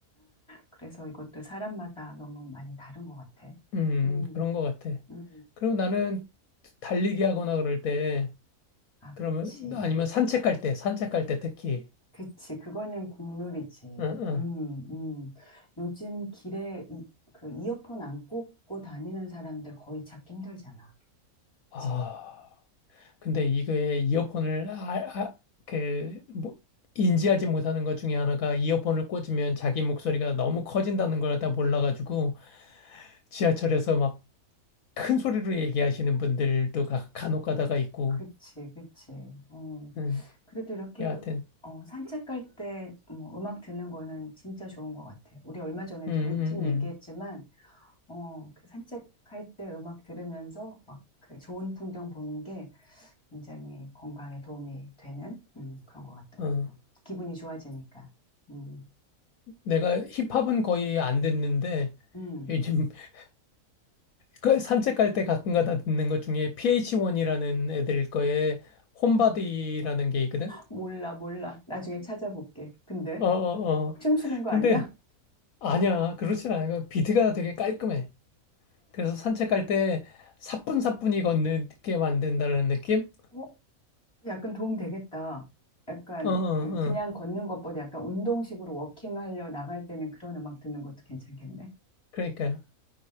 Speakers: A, on the left; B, on the left.
A: 그래서 이것도 사람마다 너무 많이 다른 것 같아.
B: 음,
A: 음,
B: 그런 것 같아.
A: 음.
B: 그리고 나는 달리기 하거나 그럴 때,
A: 아,
B: 그러면,
A: 그치.
B: 아니면 산책할 때, 산책할 때 특히,
A: 그치. 그거는 국룰이지.
B: 응, 응.
A: 음, 음. 요즘 길에 이, 그 이어폰 안 꽂고 다니는 사람들 거의 찾기 힘들잖아.
B: 아,
A: 그치.
B: 근데 이거에 이어폰을, 아, 아, 그, 뭐, 인지하지 못하는 것 중에 하나가 이어폰을 꽂으면 자기 목소리가 너무 커진다는 걸 다 몰라가지고, 지하철에서 막 큰 소리로 얘기하시는 분들도 가, 간혹 가다가 있고,
A: 그치, 그치. 어.
B: 응,
A: 그래도 이렇게
B: 여하튼,
A: 어, 산책할 때 뭐, 음악 듣는 거는 진짜 좋은 것 같아. 우리 얼마 전에도
B: 응,
A: 루틴
B: 응,
A: 얘기했지만 어, 그 산책할 때 음악 들으면서 막 그 좋은 풍경 보는 게 굉장히 건강에 도움이 되는 음, 그런 것 같더라고.
B: 응.
A: 기분이 좋아지니까. 음,
B: 내가 힙합은 거의 안 듣는데
A: 음.
B: 요즘 <laughs> 그 산책 갈 때 가끔 가다 듣는 것 중에 PH1이라는 애들 거에 홈바디라는 게 있거든.
A: 몰라, 몰라. 나중에 찾아볼게. 근데
B: 어, 어,
A: 막
B: 어.
A: 춤추는 거
B: 근데
A: 아니야?
B: 아니야. 그렇진 않아. 그 비트가 되게 깔끔해. 그래서 산책 갈 때 사뿐사뿐히 걷는 게 만든다는 느낌?
A: 어, 약간 도움 되겠다. 약간
B: 어, 어, 어.
A: 그 그냥 걷는 것보다 약간 운동식으로 워킹하려 나갈 때는 그런 음악 듣는 것도 괜찮겠네.
B: 그러니까